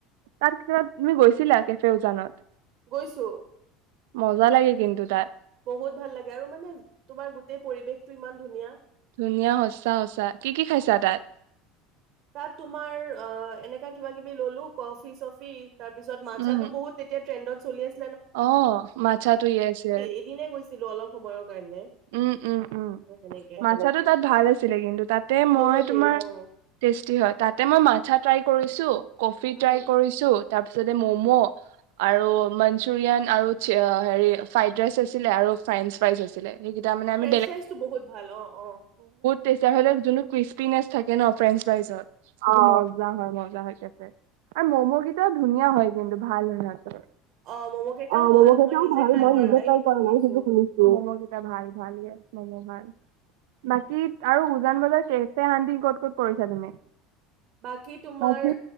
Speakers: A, on the right (about 75°); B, on the right (about 55°).
A: তাৰ পিছত তুমি গৈছিলা কেফে উজানত
B: গৈছো
A: মজা লাগে কিন্তু তাত
B: বহুত ভাল লাগে আৰু মানে তোমাৰ গোটেই পৰিৱেশটো ইমান ধুনীয়া
A: ধুনীয়া সঁচা সচা কি কি খাইছা তাত
B: তাত তোমাৰ অ এনেকা কিবা কিবি ললো কফি চফি তাৰ পিছত মাথাছত
A: উম
B: <unintelligible> বহুত তেতিয়া ট্ৰেডত চলি আছে
A: অ মাথাটো ইছে
B: এদিনে গৈছিলো অলপ সময়ৰ কাৰণে
A: উম উম উম
B: সেনেকে
A: মাথাটো তাত ভাল আছিলে কিন্তু তাতে মই
B: বহুত
A: তোমাৰ
B: হেৰি অ'
A: টেষ্টি হয় তাতে মই মাথা ট্ৰাই কৰিছো কফি
B: উম
A: ট্ৰাই কৰিছো তাৰপিছতে ম'ম' আৰু মান মুৰিয়ান আৰু হেৰি ফ্ৰাইড ৰাইচ আছিলে আৰু ফ্ৰেঞ্চ ফাইচ আছিলে <unintelligible> আমি
B: ফ্ৰেঞ্চ ফ্ৰাইজটো বহুত ভাল অ অ
A: তেচাৰ হলে যোনো ক্ৰিচপিনেছ থাকে ন ফ্ৰেণ্ছ লাই যত অ ম হয় মজা হয় কে আৰু মম' কেইটাও ধুনীয়া হয় কিন্তু ভাল নচ
B: অ' ম'ম' কেইটাও
A: অ ম'ম'
B: ভাল
A: কেইটাও
B: মই নিজে
A: ভাল
B: ট্ৰাই
A: মই
B: কৰা
A: নিজে
B: নাই
A: তাই
B: কিন্তু
A: কৰা
B: শুনিছো
A: নাই সেইটো শুনিছো মেই ভ ভ মম ভ বাকী আৰু উজান বজাৰ কেচ হানদি ক'ত ক'ত পৰিছা তুমি
B: বাকী তোমাৰ
A: বাকী